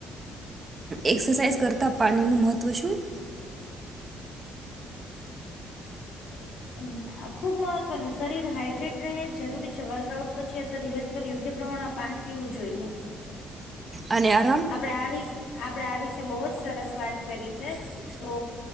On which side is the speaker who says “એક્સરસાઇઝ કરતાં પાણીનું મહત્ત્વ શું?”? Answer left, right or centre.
Right